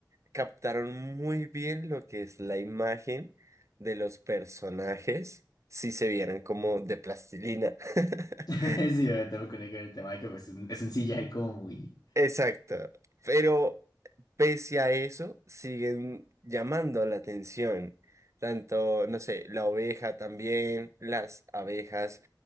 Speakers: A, on the right (about 45°); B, on the left (about 60°).
A: captaron muy bien lo que es la imagen de los personajes si se vieran como de plastilina. <laughs>
B: <laughs> Sí, obviamente, porque con el tema de que pues, es un, es un CGI como muy...
A: Exacto. Pero pese a eso, siguen llamando la atención. Tanto, no sé, la oveja también, las abejas.